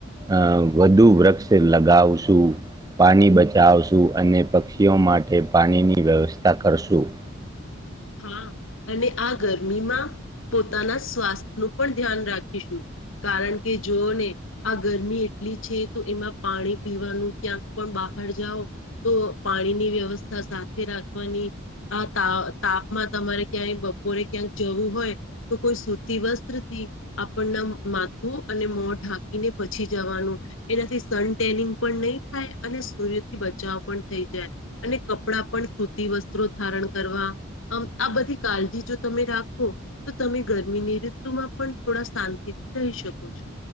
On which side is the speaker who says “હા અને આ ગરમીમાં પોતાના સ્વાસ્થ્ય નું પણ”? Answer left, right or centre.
Left